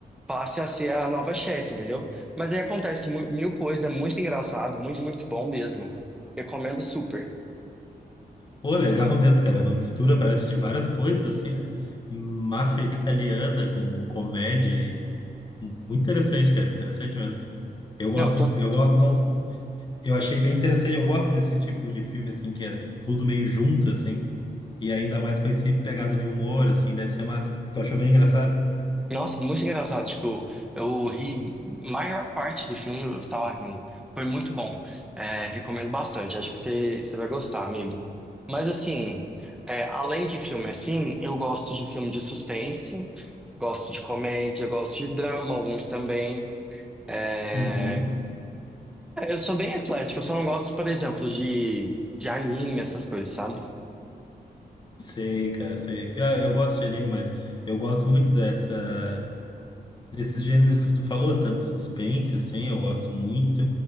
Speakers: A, in the centre; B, on the left (about 30°).
A: passe a ser a nova chefe, entendeu? Mas aí acontece mu- mil coisas, é muito engraçado, muito, muito bom mesmo. Recomendo super.
B: Pô, legal mesmo, cara. Uma mistura, parece, de várias coisas, assim, né? Máfia italiana com comédia e... Muito interessante, cara. Interessante mesmo. Eu gosto,
A: Não, eu tô.
B: eu gosto, não, eu achei bem interessante. Eu gosto desse tipo de filme, assim, que é tudo meio junto, assim. E ainda mais com esse pegada de humor, assim, deve ser massa. Tu achou bem engraçado?
A: Nossa, muito engraçado. Tipo, eu ri, maior parte do filme eu tava rindo. Foi muito bom. É, recomendo bastante. Acho que você você vai gostar, amigo. Mas assim, é, além de filme assim, eu gosto de filme de suspense, gosto de comédia, gosto de drama, alguns também. É,
B: Uhum.
A: É, eu sou bem eclético, eu só não gosto, por exemplo, de, de anime, essas coisas, sabe?
B: Sei, cara, sei. Pior, eu gosto de anime, mas eu gosto muito dessa. Desses gêneros que tu falou, tanto suspense, assim, eu gosto muito.